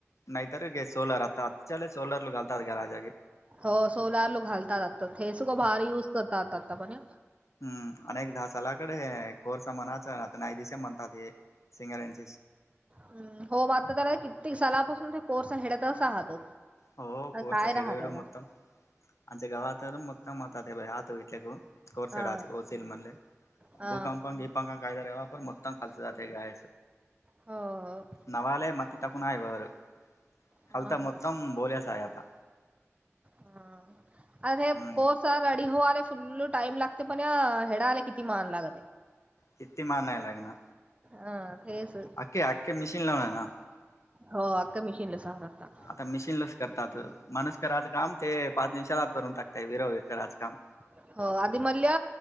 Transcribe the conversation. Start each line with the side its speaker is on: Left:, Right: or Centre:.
Left: नैतरे सोलार आता अच चलले सोलर कालतात ग राजाजे
Right: हो सोलार लोक घालतात आता हे सगं भारी युज करतात आता पण
Left: हम्म अनेक दहा सलाकडे कोर्स म्हणाचता नाही दिश म्हणतात हे सिंगर यांचे
Right: हम हो मात्र त्याला कित्येक सालापासून ते कोर्स हडतच आहात.
Left: हो कोर्चा
Right: काय राहत
Left: हेडू हडू
Right: त्याला
Left: मक्तम आमच्या गावात मक्तम आता ते बा आहतो इथल्या ग. कोर्
Right: हा
Left: सडल म्हणले
Right: हा
Left: बूकंप ां कायदा रवा पर मतां खाथ गय.
Right: ह.
Left: नवाले मत तकणा इवार
Right: हा
Left: कलता मतम
Right: हा
Left: बोले सायाता
Right: हा अे
Left: हम्म
Right: कोच. स रडी होवाला फुल टाइम लागते पण या हेडाला किती मान लागते.
Left: किती मान नाही लागणार
Right: हा तेच
Left: अखखे अखखे मशीन लावून आहे ना.
Right: हो आखखका मिशीन सजारतात.
Left: आता मशीिन लच करतात माणूस करायचं काम ते पाच निवषाला करून टाकतय वीरवीर करायचं काम
Right: ह. हो आधी म्हणल्या